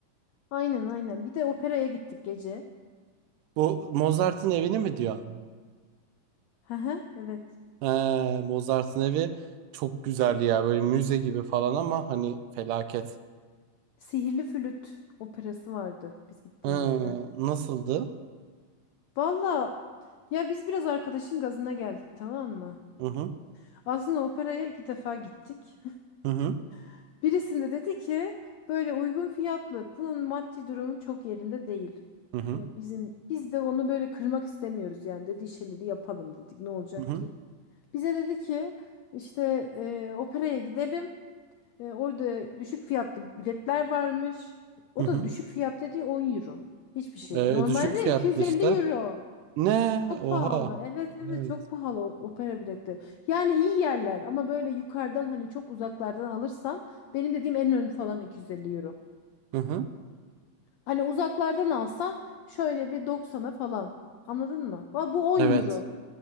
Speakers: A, on the left; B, on the right.
A: Aynen aynen. Bir de operaya gittik gece.
B: Bu Mozart'ın evini mi diyorsun?
A: Hı hı, evet.
B: He, Mozart'ın evi çok güzel ya. Böyle müze gibi falan ama hani felaket.
A: Sihirli Flüt operası vardı biz gittiğimizde.
B: He, nasıldı?
A: Valla ya biz biraz arkadaşın gazına geldik tamam mı?
B: Hı hı.
A: Aslında operaya iki defa gittik.
B: Hı hı.
A: <laughs> Birisinde dedi ki böyle uygun fiyatlı. Bunun maddi durumu çok yerinde değil.
B: Hı hı.
A: Ya bizim biz de onu böyle kırmak istemiyoruz yani dediği şeyleri yapalım dedik. Ne olacak
B: Hı hı.
A: ki? Bize dedi ki işte e, operaya gidelim. E, orada düşük fiyatlı biletler varmış. O
B: Hı hı.
A: da düşük fiyat dediği 10 euro. Hiçbir şey.
B: E,
A: Normalde
B: düşük fiyatlı
A: 250
B: işte.
A: euro.
B: Ne?
A: Çok
B: Oha.
A: pahalı. Evet evet
B: Evet.
A: çok pahalı o- opera biletleri. Yani iyi yerler ama böyle yukarıdan hani çok uzaklardan alırsan benim dediğim en ön falan 250 euro.
B: Hı hı.
A: Hani uzaklardan alsan şöyle bir 90'a falan. Anladın mı? Ha, bu 10
B: Evet.
A: euro.